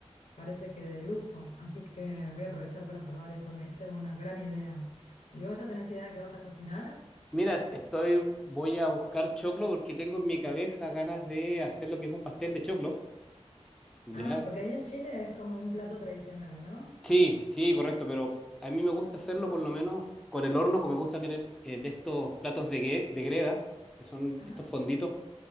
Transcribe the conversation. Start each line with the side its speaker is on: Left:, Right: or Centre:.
Left: parece que de lujo. Así que voy a aprovechar para probar eso, me diste una gran idea. ¿Y vos ya tenés idea de qué vas a cocinar?
Centre: Mira, estoy, voy a buscar choclo porque tengo en mi cabeza ganas de hacer lo que es un pastel de choclo Ya,
Left: Ah, porque ahí en Chile es como un plato tradicional, ¿no?
Centre: sí, sí, correcto, pero a mí me gusta hacerlo por lo menos con el horno, que me gusta tener eh, de estos platos de, gue- de greda, que son
Left: Ajá,
Centre: estos fonditos,